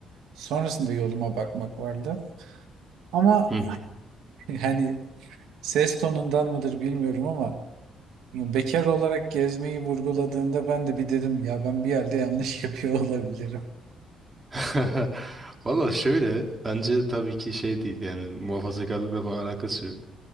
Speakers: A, on the right; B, on the right.
A: sonrasında yoluma bakmak vardı. Ama
B: Hı hı.
A: <laughs> hani ses tonundan mıdır bilmiyorum ama bekar olarak gezmeyi vurguladığında ben de bir dedim ya ben bir yerde yanlış <laughs> yapıyor olabilirim.
B: <laughs> Valla şöyle bence tabii ki şey değil yani muhafazakarlıkla falan alakası yok.